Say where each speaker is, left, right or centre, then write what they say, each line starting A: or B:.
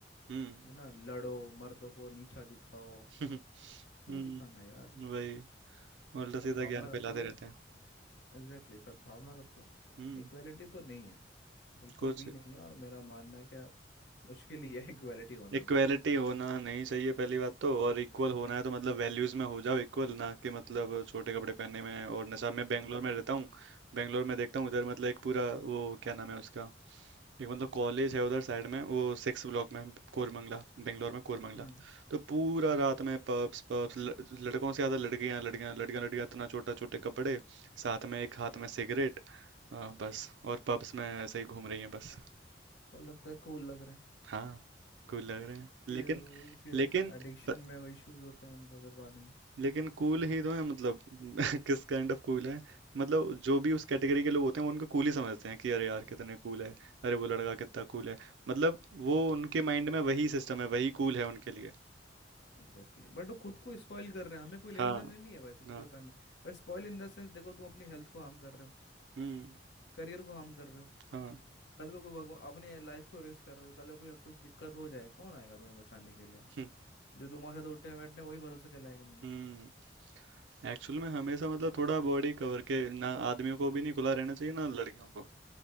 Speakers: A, on the right (about 85°); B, on the left (about 70°).
A: हम्म
B: है ना लड़ो मर्दों को नीचा दिखाओ
A: <laughs>
B: क्यों
A: हम्म
B: दिखाना है यार
A: वही उल्टा
B: सद्भावना
A: सीधा ज्ञान
B: रखो
A: फैलाते रहते हैं
B: एग्जैक्टली exactly, सद्भावना रखो
A: हम्म
B: इक्वालिटी तो नहीं है बिल्कुल
A: कुछ
B: भी नहीं है और मेरा मानना है क्या मुश्किल ही है इक्वालिटी होना
A: इक्वेलिटी
B: भी
A: होना नहीं चाहिए पहली बात तो और इक्वल होना है तो मतलब वैल्यूज में हो जाओ इक्वल ना कि मतलब छोटे कपड़े पहनने में और नशा मैं बेंगलोर
B: बिल्कुल
A: में रहता हूँ बेंगलोर में देखता हूँ उधर मतलब एक पूरा वो क्या नाम है उसका एक मतलब कॉलेज है उधर साइड में वो सिक्स ब्लॉक में कोरमंगला बेंगलोर में कोरमंगला
B: हम्म
A: तो पूरा
B: हम्म
A: रात में पब्स पब्स लड़कों से ज़्यादा लड़कियां लड़कियां लड़कियां लड़कियां इतना छोटा छोटे कपड़े साथ में एक हाथ में सिगरेट आ, बस और पब्स में ऐसे ही घूम रही हैं बस
B: और लगता है कूल लग रहे हैं
A: हाँ कूल लग रहे हैं
B: फिर
A: लेकिन
B: वही फिर
A: लेकिन
B: एडिक्शन
A: प-
B: में वही इश्यूज होते हैं उनको फिर बाद में
A: लेकिन कूल ही तो है मतलब <laughs> किस काइंड ऑफ कूल है मतलब जो भी उस कैटेगरी के लोग होते हैं वो उनको कूल ही समझते हैं कि अरे यार कितने कूल है अरे वो लड़का कितना कूल है मतलब वो उनके माइंड में वही सिस्टम है वही कूल है उनके लिए
B: Exactly exactly. बट वो खुद को स्पॉइल कर रहे हैं हमें कोई लेना
A: हाँ
B: देना नहीं है भाई तुम्हें
A: हाँ
B: जो पहनना है but spoil in the sense देखो तुम अपनी हेल्थ को हार्म कर रहे हो
A: हम्म
B: करियर को हार्म कर रहे हो
A: हाँ
B: कल को कोई भगवान अपने लाइफ को रिस्क कर रहे हो कल को कोई कुछ दिक्कत हो जाए कौन आएगा तुम्हें बचाने के लिए
A: हम्म
B: जो तुम्हारे साथ उठने बैठने वही भरोसे के लायक नहीं है
A: हम्म एक्चुअल में हमेशा मतलब थोड़ा बॉडी कवर के ना आदमियों को भी नहीं खुला रहना चाहिए ना लड़कियों को